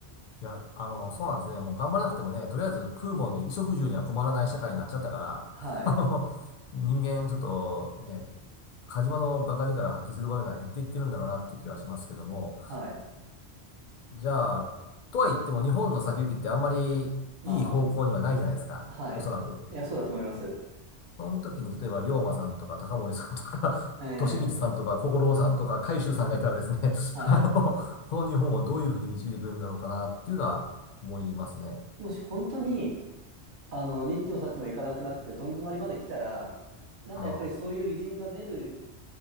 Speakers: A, on the left; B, on the right.
A: いや、あの、そうなんですね。もう頑張らなくてもね、とりあえず食うもんに、衣食住には困らない社会になっちゃったから、
B: はい。
A: <laughs> あの、人間ちょっとね、火事場の馬鹿力発揮する場面が減っていってるんだろうなっていう気はしますけども、
B: はい。
A: じゃあ、とは言っても日本の先行きってあんまりいい方向にはないじゃないですか。
B: まあまあ。はい。
A: おそらく。
B: いや、そうだと思います。
A: その時に、例えば、龍馬さんとか、高森さんとか、
B: ええ
A: <laughs> 利光さんとか、小五郎さんとか、海舟さんがいたらですね、
B: はい。
A: <laughs> あの、この日本をどういうふうに導いてくれるんだろうかなっていうのは思いますね。
B: もし本当にあの、にっちもさっちも行かなくなって、どん詰まりまで来たら、なんかやっぱりそういう偉人が出る、
A: あ